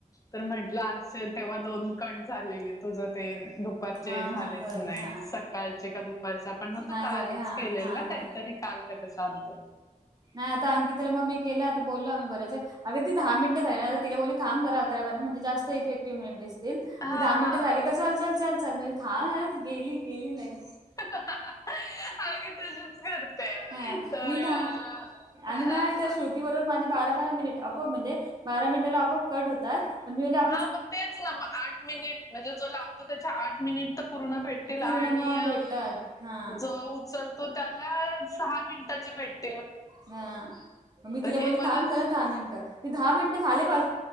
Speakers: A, on the left; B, on the right.
A: तरं म्हं लांस्टचे तेव्हां दोन कंट झालेले तुझं ते दुपांरचे
B: हा
A: हे झालेच
B: हा बरोबर
A: नाहीं
B: हा
A: सकाळचे कां दुपा परच्यां आपणं नाहीं तो
B: नाही
A: कालंच
B: झाले हा
A: केलेल
B: हा
A: नां कांहींतरी
B: हा
A: कांल कं तेचां अर्थ
B: नाहीं आंता आंनखि मम्मी केलांत बोललोम्ही बरंच अगं तीला दहा मिनटं झालं तिलां बोली थांब जरां अकरा बाररा म्हणे जास्तं इफेक्टि्ह मि ते
A: हा
B: दहा
A: हा
B: मिनिटं झालीं कां चलं चांल चलं चलं मे थांबावं झां गेली गेली लगे
A: अग तशीच करते
B: हां
A: तर
B: मी
A: अं,
B: दहा आणि
A: हा
B: नाहीं त्यां
A: ना
B: शोध ती बरोबर माझे बारा बारा मिनिट आपलं म्हणजे बारा मिनिटांला आपलं कंट होतांत पणं मील्या
A: हं मंग तेचं नां मगं आंठ मिनिटं म्हणजे जो लावतो त्यांच्या आंठ मिनिटं तरं पूर्ण भेटतील
B: पूर्ण
A: आणि
B: मग भेटतात हां.
A: जो उचलतो त्यांला सहा मिनिटांचे भेटलां
B: हं मंग मी तिलां
A: हे
B: बोलली
A: मध्येच
B: थांब झालां दहा मिनिटं ते दहा मिनिटं झाले पास